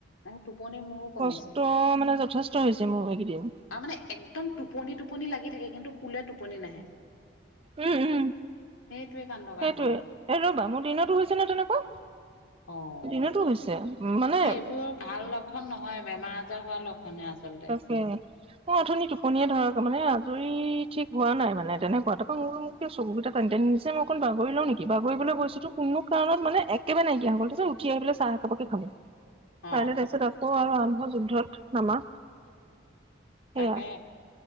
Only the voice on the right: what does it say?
কষ্ট
মানে যথেষ্ট হৈছে মোৰ এইকেইদিন।
উম উম।
সেইটোৱে, ৰ'বা মোৰ দিনতো হৈছে নহয় তেনেকুৱা,
দিনতো হৈছে। মানে
কে। মই অথনি টোপনিয়ে ধৰা মানে আজৰি ঠিক হোৱা নাই মানে তেনেকুৱা তাৰপৰা মোৰো চকুকেইটা টানি টানি নিচে, মই অকণ বাগৰি লওঁ নেকি বাগৰিবলৈ গৈছোতো কোনো কাৰণত মানে এ কেবাৰে নাইকিয়া হৈ গ'ল, তাৰ পিছত উঠি আহি পেলাই চাহ একাপাকে খালোঁ।
খাইলৈ তাৰ পিছত আকৌ আৰু আৰম্ভ যুদ্ধত নামা। সেয়া